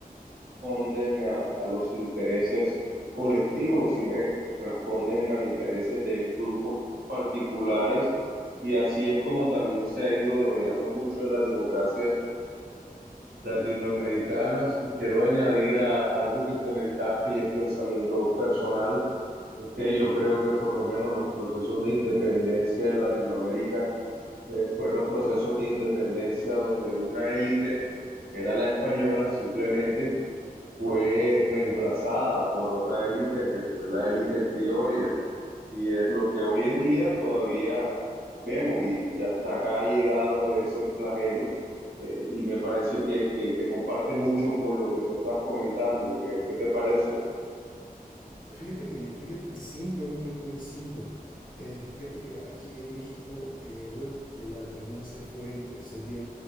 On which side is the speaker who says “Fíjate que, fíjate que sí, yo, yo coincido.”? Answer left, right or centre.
Left